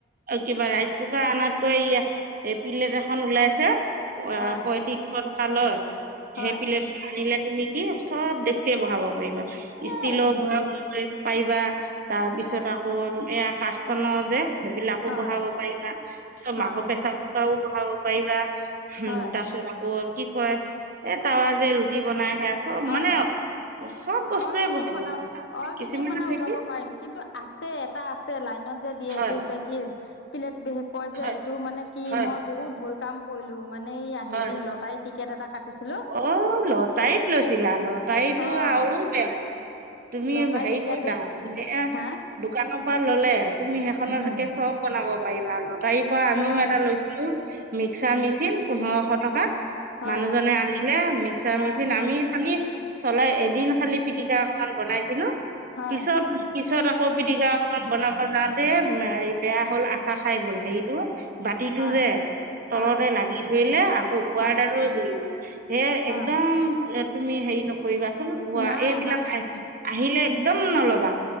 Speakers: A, on the right; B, on the left.
A: কিবা ৰাইচ কুকাৰ আনাতকৈ প্লেট এখন ওলাইছে অ
B: হয়
A: পয়ত্ৰিশশ টকা লয়
B: হয়
A: সেই প্লেটখন আনিলে তুমি কি চব দেখে বহাব পাৰিবা ষ্টিলো
B: এই সেইটো
A: বহাবলৈ পাৰিবা তাৰপিছত আকৌ এয়া কাচান যে সেইবিলাকো
B: হয়
A: বহাব পাৰিলা তাছত
B: হয়
A: মাক পেছা পও বহাব পাৰিলা উম
B: হয়
A: তাৰ পিছত আকৌ কি কয় এ তাৱা যে ৰুটি বনাই সে। চ
B: হয়
A: মানে চব বস্তুৱে
B: অল ফিটিং
A: বহাব
B: বনাব
A: পাৰিবা
B: অল
A: কিছুমান
B: ফিটিং মানে
A: আছে
B: উঠাব
A: কি
B: পাৰিম কিন্তু আছে এটা আছে লাই যে দিয়ে
A: হয়
B: সেইটো যে কি পিলেট কয় যে
A: হয়
B: সেইটো মানে কি
A: হয়
B: মই বহুত ভুল কাম কৰিলো। মানে এই হেৰি
A: হয়
B: লতাৰ টিকেট এটা কাটিছিলোঁ
A: অ', লটাৰীত লৈছিলা লটাৰীটো
B: অঁ
A: আৰু বেয়া তুমি
B: লটাৰী
A: হেৰি
B: টিকেটত
A: কৰি দা এ
B: হা
A: দোকানৰ পৰা ললে তুমি সেইখনতকে
B: হম
A: চব বনাব পাৰিবা লতাৰীৰ পৰা আমিও
B: হয়
A: এটা লৈছিলো। মিক্সাৰ মেচিন পোন্ধৰশ টকাত
B: হয়
A: মানুহজনে আনি মিক্সাৰ
B: হয়
A: মেচিন আমি খালি চলাই এদিন খালি পিটিকা অকমান বনাইছিলো
B: হয়
A: পিছত পিছত পিটিকা অকমান বনাব যাওঁতে বেয়া হল আঠা খাই গল হেৰিতটো। বাতিটো
B: হয়
A: যে তলতে
B: হয়
A: লাগি ধৰিলে আকৌ ৱাৰডাৰো
B: হয়
A: জ্বলিলে। হে
B: হয়
A: একদম তুমি হেৰি নকৰিবাচোন
B: নাই
A: এইবিলাক
B: মানে
A: আহ আহিলে একদম উম নলবা